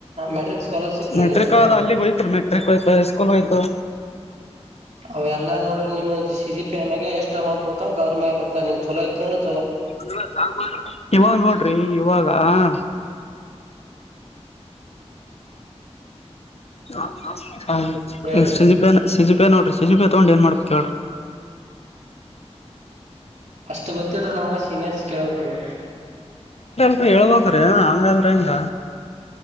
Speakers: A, on the right; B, on the left.
A: ಮೆಟ್ರಿಕ್ ಸ್ಕಾಲರ್ಶಿಪ್ ರೀ
B: ಮೆಟ್ರಿಕ್
A: ನಿಮ್ದ
B: ಅಲ್ಲಿಗೆ ಹೋಯ್ತ ಮೆಟ್ರಿಕ್ ಹೋಯ್ತು ಸ್ಕೂಲ್ ಹೋಯ್ತು
A: ಅವೆಲ್ಲಾ ನೋಡ್ರಿಮ ಸಿ ಸಿ ಪಿ ಮ್ಯಾಗ ಎಷ್ಟ ಅಮೌಂಟ್ ಬೋು ಅದ್ರ ಮ್ಯಾಗ ಬರ್ತಾರೆ ನಿಮ್ ಚಲೋ ಚ <unintelligible>
B: <inaudible> ಇವಾಗ ನೋಡ್ರಿ ಇವಾಗ ಹ <inaudible> ಹ. <inaudible> ಹ
A: ಹೇಳ್ರಿ
B: ಈ ಸ್ಟಿಜಿ ಪ್ಯಾನ್ ಸಿಜಿ ಪ್ಯಾನ್ <unintelligible> ಇಜು ಬ ತ ತಗೊಂಡ್ ಏನ್ ಮಾಡ್ಬೇಕು ಹೇಳ್ರಿ
A: ಅಷ್ಟು ಗೊತ್ತಲ್ರಿ ನಮಗ ಸೀನಿಯರ್ಸ್ ಕೇೇಳಬೇಕ ರಿ
B: ಹೇಳ್ಬೇಕ್ರೀಏ ಹಂಗ ಅಂದ್ರ ಹಂಗ